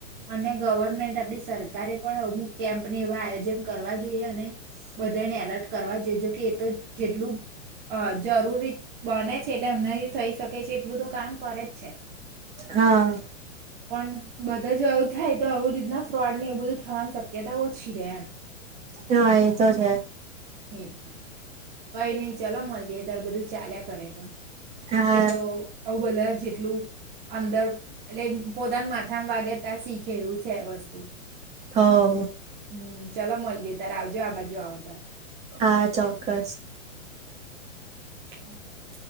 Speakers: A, on the right; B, on the right.
A: અને ગવર્મેન્ટ આપણી સરકારે પણ અમુક કેમ્પને એવા આયોજન કરવા જોઈએ અને બધાને એલર્ટ કરવા જોઈએ જોકે એ તો જેટલું હ જરૂરી બને છે એટલે એમના થઈ શકે છે એટલું તો કામ કરે જ છે.
B: હા.
A: પણ બધા જો આવું થાય તો આવું રીતના ફ્રોડની ઉભું થવાની શક્યતા ઓછી રે એમ
B: હા એ તો છે
A: એટલે કઈ નહીં. મલીએ ત્યારે બધું ચાલ્યા કરે પણ
B: હા
A: એ તો આવું બધા જ એટલું અંદર એટલે પોતાના માથામાં વાગે ત્યારે શીખે એવું છે એ વસ્તુ.
B: હ.
A: હમ્મ, ચાલો મલીએ તાર આવજો આ બાજુ આવો તાર.
B: હા, ચોક્કસ.
A: હ <inaudible>